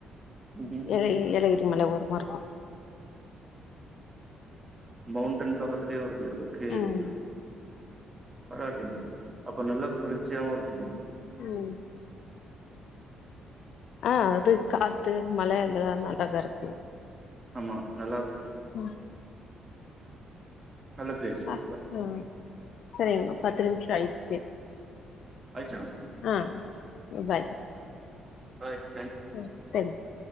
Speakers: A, on the right (about 30°); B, on the left (about 70°).
A: ம்ஹும்
B: எழ எழயு ஒரு மல ஓரமா இருக்கும்
A: மௌண்டைன் பக்கத்துலயே வருது ஓகே
B: ம்
A: பராவாலீங்க அப்ப நல்லா குளிர்ச்சியாவும் இருக்குணும்
B: உம் ஆஹ் அது காத்து மல எல்லா நல்லாதா இருக்கு
A: ஆமா நல்லா இருக்கு
B: ஹம்
A: நல்ல பிளேஸ்
B: ஆ
A: அப்ப
B: ம் சரிங்க பத்து நிமிஷம் ஆயிடுச்சு
A: ஆயிச்சா
B: ஆஹ் பாய்
A: ரைட்
B: ம் தேங்க் யூ